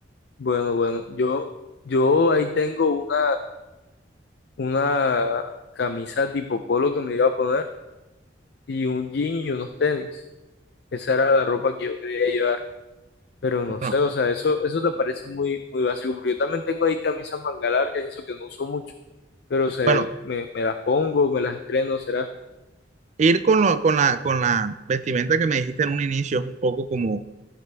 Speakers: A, on the left; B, on the right.
A: bueno, bueno, yo, yo ahí tengo una una camisa tipo polo que me iba a poner y un jean y unos tenis. Esa era la ropa que yo quería llevar. Pero no
B: Bueno,
A: sé, o sea, eso, eso te parece muy, muy básico, porque yo también tengo ahí camisas manga largas y eso que no uso mucho, pero se,
B: bueno,
A: me, me las pongo, me las estreno, será.
B: ir con, lo- con la, con la vestimenta que me dijiste en un inicio es un poco como,